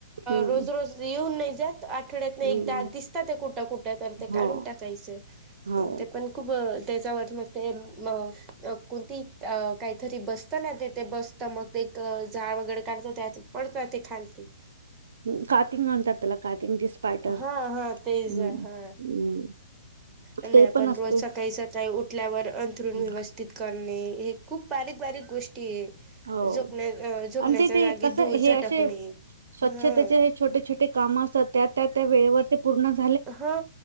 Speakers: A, on the right; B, on the right.
A: हम्म
B: रोज रोज येऊन नाही <unintelligible> आठवड्यातून एकदा
A: हम्म
B: दिसत ते कुठं कुठं तर ते
A: हो
B: काढून टाकायचं
A: हो
B: ते पण खूप त्याच्यावरन मग ते कुठीत काहीतरी बसतं ना ते ते बसतं मग एक झाड वगैरे काढतो त्या पडत ते खालती
A: हम् काातिंग म्हणतात त्याला काातिंग दिीस पाारयटर
B: हा हा तेच
A: हम्म
B: हा
A: हम्म
B: नाही
A: ते
B: आपण
A: पण असते
B: रोज सकाळी सकाळी उठल्यावर अंथरुण
A: हम्म.
B: व्यवस्थित करत हे खूप बारीक बारीक गोष्टी आहेत
A: हो
B: झोपण्या झोपण्याच्या
A: आणि ते ते
B: जागी
A: कसं
B: धूळ झटकणे
A: हे असे स्वच्छतेचे
B: हा
A: हे छोटे छोटे काम असतात त्या त्या त्या वेळेवर ते पूर्णच
B: हा